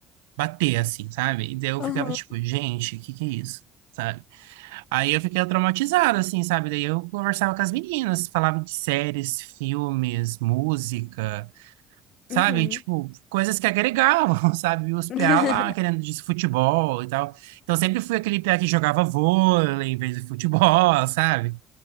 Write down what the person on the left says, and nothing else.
Aham.
Uhum.
<laughs>